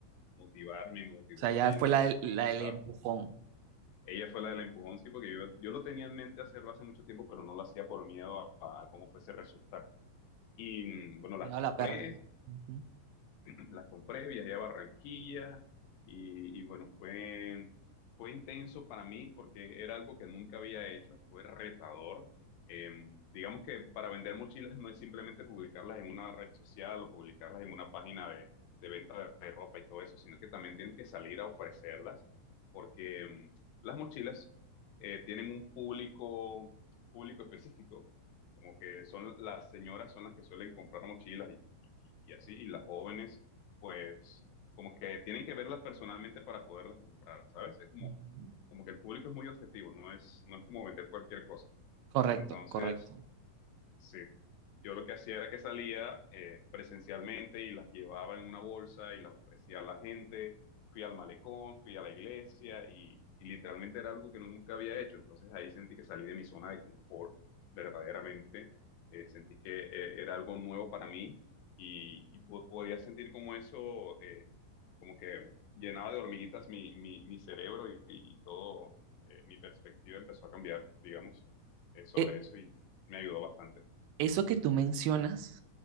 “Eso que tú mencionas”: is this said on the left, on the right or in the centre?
Right